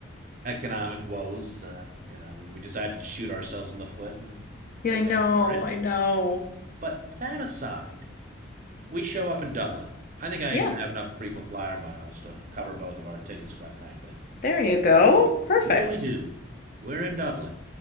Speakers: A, on the right; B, on the left.
A: economic woes. Uh, you know, we, we decided to shoot ourselves in the foot, and
B: Yeah,
A: we're
B: I
A: paying
B: know.
A: for it.
B: I know.
A: But that aside, we show up in Dublin. I think I
B: Yeah,
A: even have enough frequent flyer miles to cover both of our tickets, quite frankly.
B: there you go. Perfect.
A: What do we do? We're in Dublin,